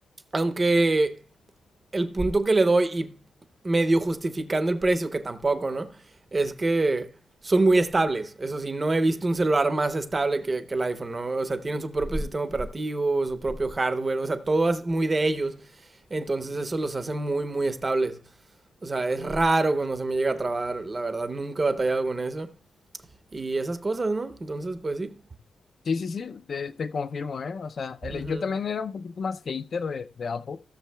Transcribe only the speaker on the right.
aunque el punto que le doy y medio justificando el precio, que tampoco, ¿no? Es que son muy estables. Eso sí, no he visto un celular más estable que, que el iPhone, ¿no? O sea, tienen su propio sistema operativo, su propio hardware, o sea, todo es muy de ellos. Entonces, eso los hace muy, muy estables. O sea, es raro cuando se me llega a trabar, la verdad, nunca he batallado con eso y esas cosas, ¿no? Entonces, pues sí.
Ujú.